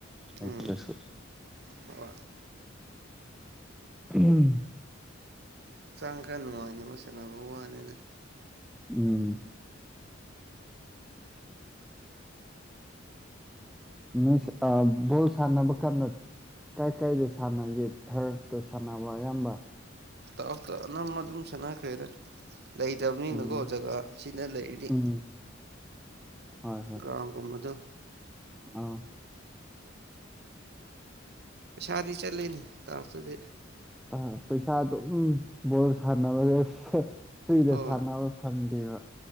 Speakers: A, in the centre; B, on the right.
A: ꯍꯩꯇ꯭ꯔꯁꯨ꯫
B: ꯎꯝ ꯍꯣꯏ
A: ꯎꯝ꯫
B: ꯍꯛꯆꯥꯡ ꯈꯔ ꯅꯨꯡꯉꯥꯏꯅꯕ ꯁꯥꯟꯅꯕ ꯋꯥꯅꯤꯗ꯫
A: ꯎꯝ꯫ ꯅꫭꯏ ꯑ ꯕꫭꯜ ꯁꯥꯟꯅꯕ ꯀꯥꯟꯗ ꯀꯥꯏ ꯀꯥꯏꯗ ꯁꯥꯟꯅꯥꯒꯦ ꯊꯔꯐꯇ ꯁꯥꯟꯅꯕ꯭ꯔ ꯑꯌꯥꯝꯕ꯫
B: ꯇꯥꯎꯇ ꯑꯅꯝꯕ ꯑꯗꯨꯝ ꯁꯥꯟꯅꯈꯩꯔꯦ ꯂꯩꯇꯕꯅꯤꯅꯀꯣ
A: ꯎꯝ
B: ꯖꯒꯥ ꯁꯤꯅ ꯂꯩꯔꯤꯗꯤ
A: ꯎꯝ ꯍꯣꯏ ꯍꯣꯏ
B: ꯭ꯔ ꯀꯨꯝꯃꯗ
A: ꯑꯥ
B: ꯄꯩꯁꯥꯗꯤ ꯆꯠꯂꯤꯅꯦ ꯇꯥꯞꯇꯗꯤ
A: ꯑ ꯄꯩꯁꯥ ꯑꯗꯨꯝ ꯕꯣꯜ ꯁꯥꯟꯅꯕꯁꯦ ꯐ꯭ꯔꯤꯗ
B: ꯍꯣꯏ
A: ꯁꯥꯟꯅꯕ ꯐꯪꯉꯤ ꯀꯕ